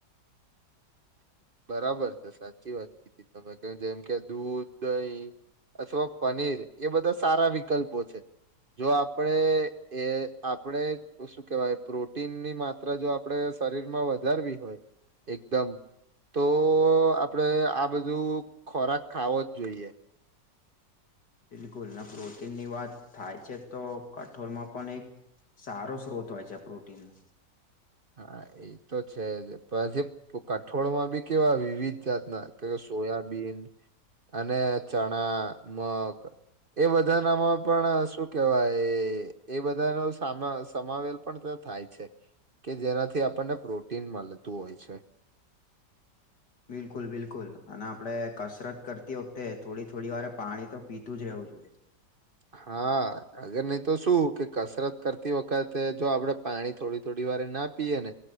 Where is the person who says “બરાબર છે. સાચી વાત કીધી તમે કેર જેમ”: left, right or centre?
Right